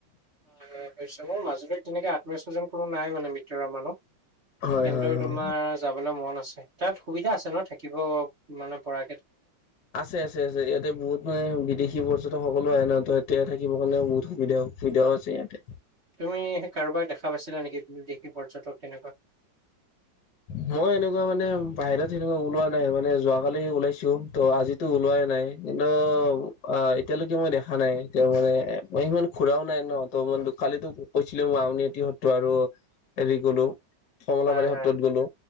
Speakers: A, on the right; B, on the left.
A: অ', হয়, মোৰ মাজুলীত তেনেকে আত্মীয় চজন কোনো নাই মানে। ভিতৰুৱা মানুহ,
B: হয়,
A: কিন্তু
B: হয়,
A: তোমাৰ
B: অ'।
A: যাবলৈ মন আ ছে। তাত সুবিধা আছে ন' থাকিব মানে পৰা
B: আছে, আছে, আছে। ইয়াতে বহুত মানে বিদেশী পৰ্য টক সকলো আহে ন', ত' এতিয়া থাকিবৰ কাৰণে বহুত সুবিধা সুবিধাও আছে ইয়াতে।
A: তুমি সেই কাৰোবাক দেখা পাইছিলা নেকি? বিদেশী পৰ্যটক তেনেকুৱা।
B: মই এনেকুৱা মানে বাহিৰত এনেকুৱা ওলোৱা নাই, মানে যোৱা কালি ওলাইছো, ত' আজিতো ওলোৱাই নাই। কিন্তু অ', এতিয়ালৈকে মই দেখা নাই, এতিয়া মানে মই সিমান খুৰাও নাই ন' অহ। কালিতো কৈছিলে, মই আউনিআটি সত্ৰ আৰু হেৰি গ'লো। কমলাবাৰী
A: হয়
B: সত্ৰত
A: হয়
B: গ'লো,